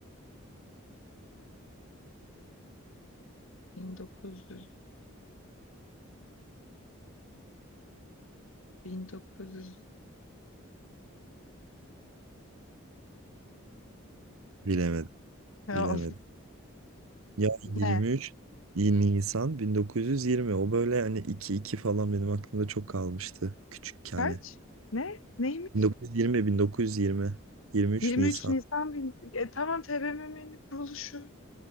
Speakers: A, on the left; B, on the right.
A: 1900, 1919.
B: Bilemedim,
A: Ya,
B: bilemedim. Ya 23
A: ne?
B: Nisan 1920 o böyle hani 2-2 falan benim aklımda çok kalmıştı küçükken.
A: Kaç? Ne? Neymiş?
B: 1920, 1920. 23
A: 23
B: Nisan.
A: Nisan bin... E, tamam TBMM'nin kuruluşu.